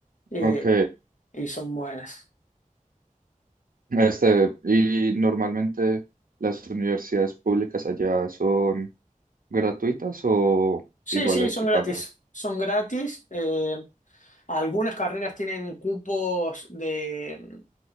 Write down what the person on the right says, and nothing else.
ok.
Este, y normalmente las universidades públicas allá son gratuitas o
igual
hay
que
pagar.